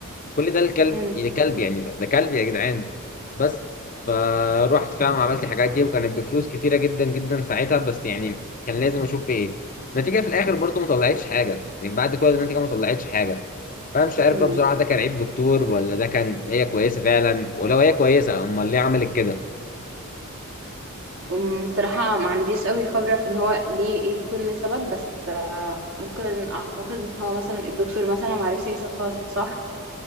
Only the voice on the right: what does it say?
مم.
مم.
أم، الصراحة ما عنديش قوي خبرة في ان هو ليه يكون السبب بس آه، ممكن اعتقد ان هو مثلا الدكتور مثلا ما عرفش يشخص صح